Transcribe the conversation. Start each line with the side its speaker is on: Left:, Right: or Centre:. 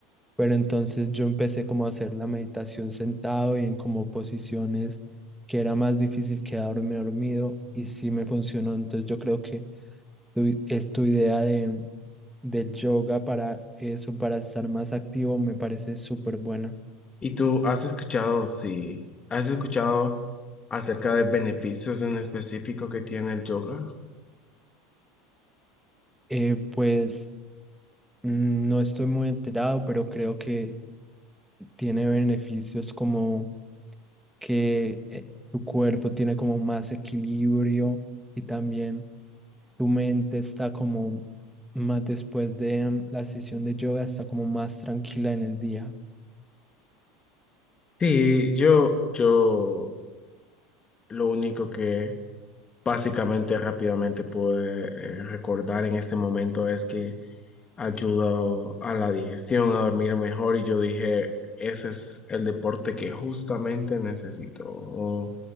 Centre: Pero entonces yo empecé como a hacer la meditación sentado y en como posiciones que era más difícil quedarme dormido y sí me funcionó. Entonces yo creo que tu- es tu idea de, del yoga para eso, para estar más activo, me parece súper buena.
Left: ¿Y tú has escuchado, si has escuchado acerca de beneficios en específico que tiene el yoga?
Centre: Eh, pues Mm, No estoy muy enterado, pero creo que tiene beneficios como que eh, tu cuerpo tiene como más equilibrio y también tu mente está como más después de mm, la sesión de yoga, está como más tranquila en el día.
Left: Sí, yo, yo lo único que básicamente rápidamente pude eh, recordar en este momento es que ayudó a la digestión, a dormir mejor y yo dije, ese es el deporte que justamente necesito, un